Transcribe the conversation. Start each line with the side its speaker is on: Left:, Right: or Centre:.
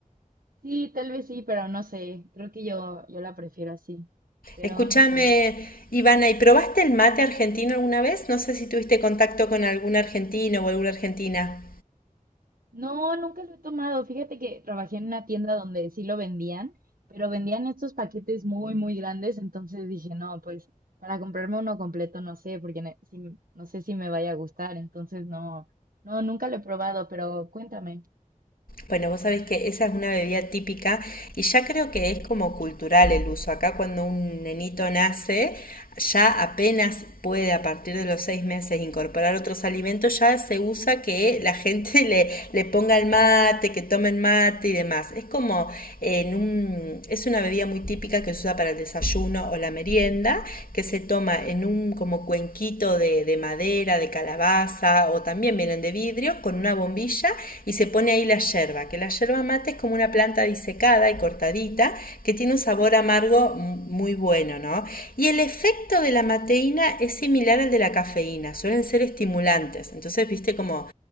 Right: Sí, tal vez sí, pero no sé, creo que yo, yo la prefiero así, pero
Left: Escúchame,
Right: no sé.
Left: Ivana, ¿y probaste el mate argentino alguna vez? No sé si tuviste contacto con algún argentino o alguna argentina.
Right: No, nunca lo he tomado. Fíjate que trabajé en una tienda donde sí lo vendían, pero vendían estos paquetes muy, muy grandes. Entonces dije, no, pues para comprarme uno completo no sé, porque ne- si- no sé si me vaya a gustar. Entonces no, no, nunca lo he probado, pero cuéntame.
Left: Bueno, vos sabés que esa es una bebida típica y ya creo que es como cultural el uso. Acá cuando un nenito nace, ya apenas puede a partir de los seis meses incorporar otros alimentos, ya se usa que la gente <laughs> le, le ponga el mate, que tomen mate y demás. Es como en un, es una bebida muy típica que se usa para el desarrollo desayuno o la merienda, que se toma en un como cuenquito de, de madera, de calabaza o también vienen de vidrio, con una bombilla y se pone ahí la yerba, que la yerba mate es como una planta disecada y cortadita que tiene un sabor amargo muy bueno, ¿no? Y el efecto de la mateína es similar al de la cafeína, suelen ser estimulados estimulantes. Entonces, viste como